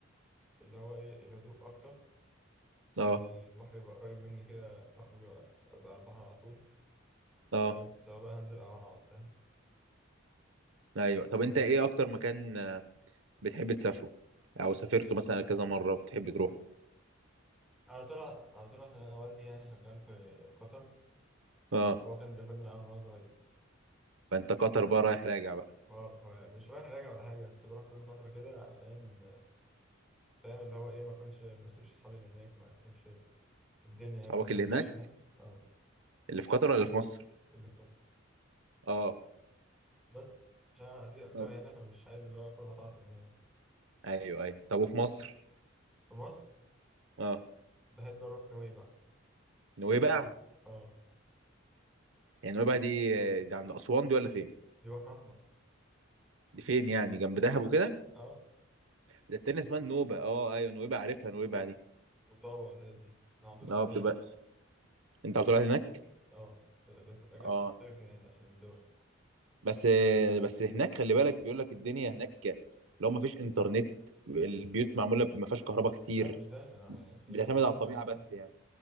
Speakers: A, in the centre; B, on the right (about 70°).
A: اللي هو ايه الهدوء اكتر وان
B: اه
A: البحر يبقى قريب مني كده اخرج ابقى على البحر على طول
B: اه
A: فاهم سواء بقى هنزل او هقعد فاهم
B: ايوه طب انت
A: بس
B: ايه اكتر مكان آه، بتحب تسافره او سافرته مثلا كذا مره بتحب تروح
A: على طول على طول عشان انا والدي يعني شغال في قطر
B: اه
A: هو كان بياخدني معاه من وانا صغير
B: فانت قطر بقى رايح راجع بقى
A: هو- فمش رايح راجع ولا حاجه بس بروح كل فتره كده عشان فاهم اللي هو ايه ما اكونش ما اسيبش اصحابي اللي هناك ما اسيبش الدنيا يعني
B: صحابك
A: ما تنسيش
B: اللي هناك
A: فاهم اه
B: اللي في قطر ولا في مصر
A: اللي في قطر
B: اه
A: بس عشان أنا عايز اكتر
B: آه،
A: هنا فمش عايز اللي هو اكون قطعت من هنا
B: ايوه ايوه طب وفي مصر
A: في مصر
B: اه
A: بحب اروح نويبع
B: نويبع
A: اه
B: يعني نويبع دي دي عند اسوان دي ولا فين
A: دي بحر احمر
B: دي فين يعني جنب دهب وكده
A: اه
B: ده التانية اسمها النوبة اه ايوه نويبع عارفها نويبع دي
A: وطابة والحتت دي انا على طول قاعد
B: اه بتبقى
A: هناك اصلا
B: انت بتروح هناك
A: اه بس في اجازة
B: اه
A: الصيف يعني عشان الدراسة
B: بس بس هناك خلي بالك بيقول لك الدنيا هناك لو ما فيش انترنت البيوت معمولة ما فيهاش كهرباء كتير
A: لا مش دايما يعني في
B: بتعتمد
A: اماكن فيها
B: على
A: انترنت
B: الطبيعة بس
A: عادي
B: يعني